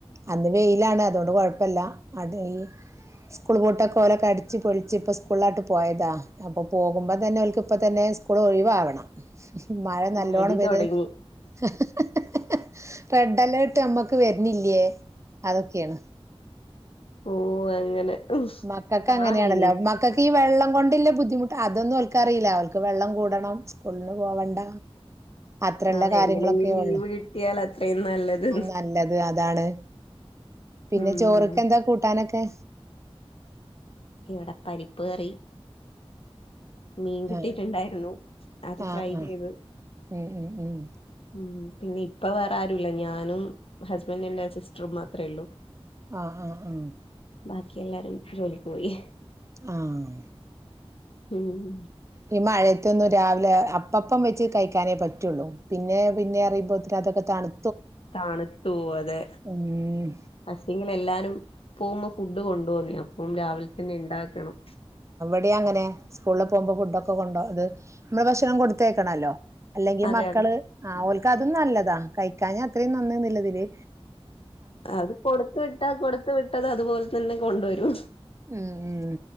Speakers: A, on the right; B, on the left.
A: അന്ന് വെയിലാണ് അതോണ്ട് കൊഴപ്പല്ല അടെ ഈ
B: <inaudible>
A: സ്ക്ലൂൾ പൂട്ടൊക്കെ ഓലൊക്കെ അടിച്ച് പൊളിച്ച് ഇപ്പ സ്കൂളിലാട്ട് പോയതാ അപ്പോപോകുമ്പ തന്നെ അവൽക്ക് ഇപ്പ തന്നെ ഇപ്പളും ഒഴിവാവണം ഉഹും മഴ നല്ലോണം
B: മടി
A: പെയ്തത്
B: തൊടങ്ങി
A: ഹ ഹ ഹ ഹ ഹ ഹ റെഡ് അലേർട്ട് ഞ്ഞമ്മ ക്ക്‌ വര്ണില്യേ അതൊക്കേണ്
B: ഓ അങ്ങനെ
A: മക്കക്ക് അങ്ങനെയാണല്ലോ
B: ആഹ് ഇനി
A: മക്കക്ക് ഈ വെള്ളം കൊണ്ടില്ലെ ബുദ്ധിമുട്ട് അതൊന്നും ഓൽക്കറീല്ല ഓൽക്ക് വെള്ളം കൂടണം സ്കൂളിന് പോവണ്ട അത്രള്ള
B: ആഹ്
A: കാര്യങ്ങളൊക്കെ
B: എങ്ങനെങ്കിലും ലീവ്
A: ഒള്ളു
B: കിട്ടിയാൽ അത്രയും നല്ലത്
A: ആ നല്ലത് അ അതാണ് പിന്നെ
B: ഉം
A: ചോറ്ക്കെന്താ കൂട്ടാനൊക്കെ
B: ഇവിടെ പരിപ്പ്കറി മീൻ കിട്ടിയിട്ടുണ്ടായിരുന്നു
A: ആ
B: അത്
A: ആ
B: ഫ്രൈ
A: ആ
B: ചെയ്ത്
A: ഉം ഉം ഉം
B: ഉം പിന്നെ ഇപ്പ വേറെ ആരൂല്ല ഞാനും ഹസ്ബൻഡിന്റെ സിസ്റ്ററും മാത്രേള്ളൂ
A: ആ ആ ആ
B: ബാക്കി എല്ലാരും ജോലിക്ക് പോയി
A: ആഹ്
B: ഉം
A: ഈ മഴയത്തൊന്നും രാവിലെ അപ്പപ്പം വെച്ച് കഴിക്കാനേ പറ്റൊള്ളു പിന്നെ പിന്നെ ന്നറിഞ്ഞിരിക്കുമ്പോത്തിന് അതൊക്കെ തണു
B: തണുത്ത് പോവും അതെ
A: ഉം
B: പക്ഷെങ്കിലെല്ലാരും പോകുമ്പോ ഫുഡ്ഡ് കൊണ്ട് തോന്നി അപ്പം രാവിലെത്തന്നെ ഇണ്ടാക്കണം
A: എവിടെ അങ്ങനെ സ്കൂളില് പോകുമ്പൊ ഫുഡ്ഡൊക്കെ കൊണ്ടോ ഇത് നമ്മള് ഭക്ഷണം കൊടുത്തയക്കണല്ലോ അല്ലെങ്കി
B: അതെ
A: മക്കള്
B: അതെ
A: ആ ഓൽക്കതും നല്ലതാ കഴിക്കാഞ്ഞാ അത്രയും നന്ന്ന്നിള്ളതില്
B: അത് കൊടുത്തു വിട്ടാ കൊടുത്ത് വിട്ടത്‌ അതുപോലെ തന്നെ കൊണ്ടുവരും
A: ഉം ഉം